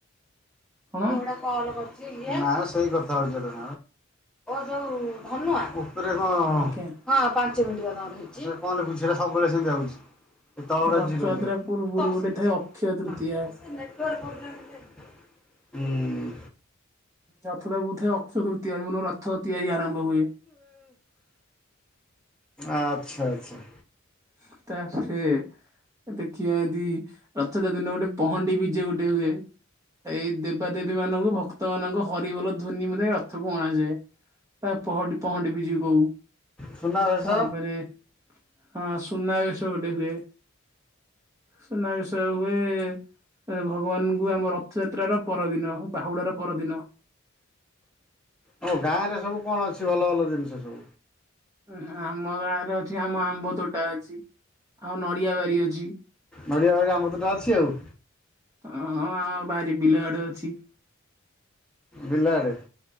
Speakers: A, on the right; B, in the centre.
A: ହଁ
B: ସେଗୁଡା ନା ସେଇ କଥା ହଉଛି ତ ଯୋଉ ଧନ ଏଇଟା କଣ ହ
A: ଆଜ୍ଞା।
B: ପାଞ୍ଚ ମିନିଟ୍ ତମର ହେଇଚି କଣ ହେଲା ବୁଝି ହଲା ସବୁବେଳେ ସେମିତି ଆଉଚି ତଳ ଟା
A: ରଥଯାତ୍ରା
B: ଜିରୋ ଜିରୋ
A: ପୂର୍ବରୁ
B: ନେଟୱର୍କ୍
A: ଗୋଟେ ଥାଏ ଅକ୍ଷୟ ତୃତୀୟା।
B: ପ୍ରୋବ୍ଲମ୍ ହୁଁ
A: ରଥ ଟା ବହୁତଥାଏ ଅକ୍ଷୟ ତୃତୀୟ ଯଉନ ରଥ ତିଆରି ଆରମ୍ଭ ହୁଏ
B: ଆଚ୍ଛା ଆଛା
A: ପିତାଶ୍ରୀ ଦେଖିବା ଏଦି ରଥ ଦିନ ଗୋଟେ ପହଣ୍ଡି ବିଜ ଗୋଟେ ହୁଏ ଏଇ ଦେବାଦେବୀ ମାନଙ୍କୁ ଭକ୍ତ ମାନଙ୍କ ହରିବୋଲ ଧ୍ୱନି ମ ରଥକୁ ଅଣାଯାଏ। ପହ ପହଡି ବିଯେ କୁ
B: ସୁନାବେଶ
A: ତାପରେ ହ ସୁନାବେଶ ଗୋଟେ ହୁଏ ସୁନାବେଶ ହୁଏ ଭଗବାନଙ୍କୁ ଆମ ରଥଯାତ୍ରାର ପରଦିନ ବାହୁଡା ର ପରଦିନ
B: ହଁ ଗାଁ ରେ ସବୁ କଣ ଅଛି ଭଲ ଭଲ ଜିନିଷ ସବୁ
A: ଉ ଆମ ଗାଁ ରେ ଅଛି ଆମ ଆମ୍ବ ତୋଟା ଅଛି ଆଉ ନଡିଆବାରି ଅଛି
B: ନଡ଼ିଆ ଭରେ ଆମ ତଟା ଅଛି ଆଉ
A: ଓହଁ ଆ ଭାରି ବିଲ ଆଡେ ଅଛି
B: ବିଲ ଆଡେ